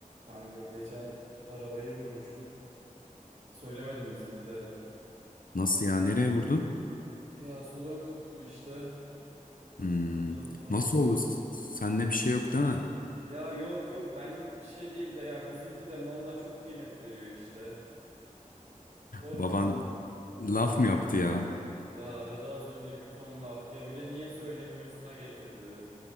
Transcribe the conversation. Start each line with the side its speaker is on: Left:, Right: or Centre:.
Right: Kanka geçen arabayı vurmuştum. Söylemedim bizimkilere.
Left: Nasıl ya? Nereye vurdu?
Right: Ya sol ön kaputu işte.
Left: Hmm.
Right: Ondan sonra.
Left: Nasıl oldu? Sende bir şey yok değil mi?
Right: Ya yok yok benlik bir şey değil de ya bizimki de malına çok kıymet veriyor işte. Sorma.
Left: Baban laf mı yaptı ya?
Right: Ya arada az önce bir ton laf ya bir de niye söylemiyorsuna getirdi.